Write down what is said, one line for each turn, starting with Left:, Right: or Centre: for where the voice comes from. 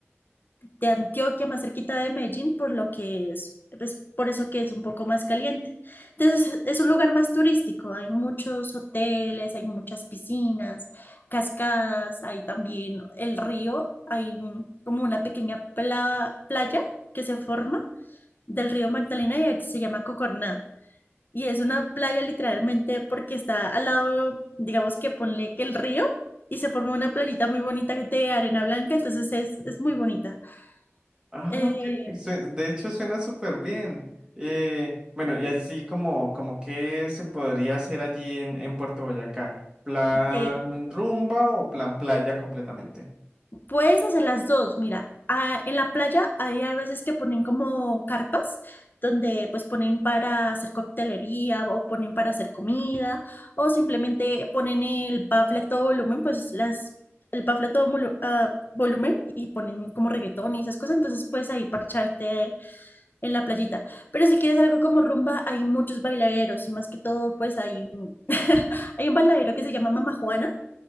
Left: de Antioquia, más cerquita de Medellín, por lo que es, pues por eso que es un poco más caliente. Entonces es un lugar más turístico, hay muchos hoteles, hay muchas piscinas, cascadas, hay también el río, hay un- como una pequeña pla- playa que se forma del río Magdalena y se llama Cocorná. Y es una playa literalmente porque está al lado, digamos que ponle que el río y se forma una playita muy bonita de arena blanca, entonces es, es muy bonita.
Right: Ah,
Left: Eh,
Right: ok, sue- De hecho, suena súper bien. Eh, bueno, y así como, como qué se podría hacer allí en, en Puerto Boyacá. ¿Plan
Left: de-
Right: rumba o plan playa completamente?
Left: puedes hacer las dos, mira, ah, en la playa hay a veces que ponen como carpas donde pues ponen para hacer coctelería o ponen para hacer comida o simplemente ponen el bafle a todo volumen, pues las, el bafle a todo molu- a volumen y ponen como reggaetón y esas cosas, entonces puedes ahí parcharte en la playita. Pero si quieres algo como rumba, hay muchos bailaderos y más que todo pues hay, un- <laughs> hay un bailadero que se llama Mama Juana